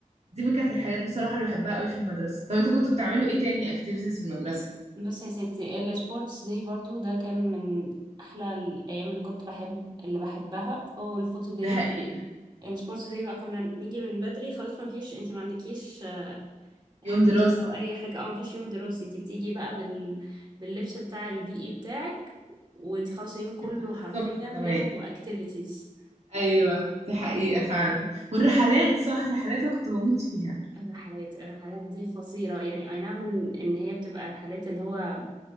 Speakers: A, on the right; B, on the right.
A: دي من كانت الحاجات بصراحة اللي بحبها قوي في المدرسة طب انتوا كنتوا بتعملوا ايه تاني اكتيفيتيز في المدرسة
B: بس يا ستي السبورتس داي برضو ده كان من احلى الايام اللي كنت بحب اللي بحبها هو الفوتو داي
A: ده حقيقة
B: السبورتس داي بقى كنا نيجي من بدري خلاص ما فيش انت ما عندكيش آه، حصص
A: يوم دراسي
B: او اي حاجه او ما فيش يوم دراسي انت بتيجي بقى بال... باللبس بتاع البيئي بتاعك وانت خلاص اليوم كله
A: <laughs> من الصبح
B: حرفيا
A: كمان
B: لعب واكتيفيتيز
A: ايوه دي حقيقة فعلا والرحلات صح رحلات أنا كنت بموت فيها
B: الرحلات الرحلات دي قصيرة يعني اي نعم ان إن هي بتبقى رحلات اللي هو